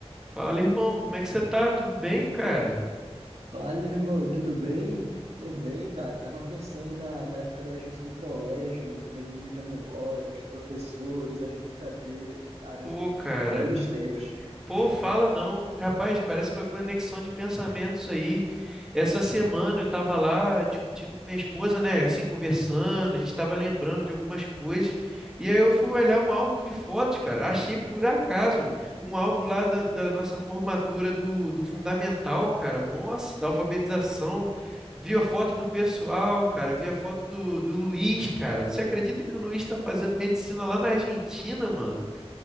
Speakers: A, in the centre; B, on the right.
A: Fala, irmão, como é que você tá? Tudo bem, cara?
B: Fala, irmão, tudo bem? Tô bem, cara. Tava pensando na, na época da gente do colégio, vendo muita memória, os professores, as brincadeiras. Caramba,
A: Pô,
B: irmão,
A: cara.
B: velhos tempos.
A: Pô, fala não. Rapaz, parece que foi conexão de pensamentos aí. Essa semana eu tava lá discutindo com minha esposa, né? Assim, conversando, a gente tava lembrando de algumas coisas. E aí eu fui olhar um álbum de fotos, cara. Achei por acaso um álbum lá da, da nossa formatura do, do fundamental, cara. Nossa, da alfabetização. Vi a foto do pessoal, cara. Vi a foto do, do Luiz, cara. Você acredita que o Luiz tá fazendo medicina lá na Argentina, mano?